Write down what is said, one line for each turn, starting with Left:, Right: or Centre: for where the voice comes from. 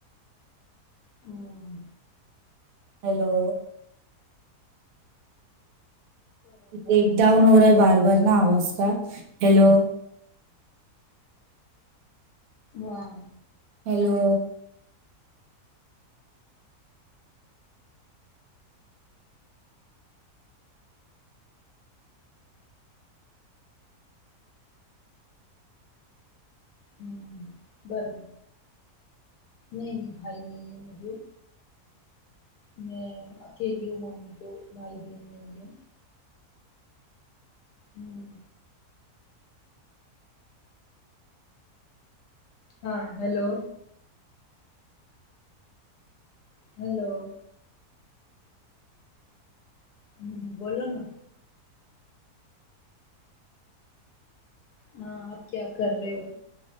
Left: ہوں
Right: ہیلو بریک ڈاؤن ہو رہا ہے بار بار نا آواز کا ہیلو
Left: واں
Right: ہیلو
Left: ہوں بر نہیں نہیں بھائی نہیں ہے مجھے میں اکیلی ہوں ممی کو بھائی بہن نہیں ہے ہوں ہاں ہیلو ہیلو ہوں بولو نا ہاں آپ کیا کر رہے ہو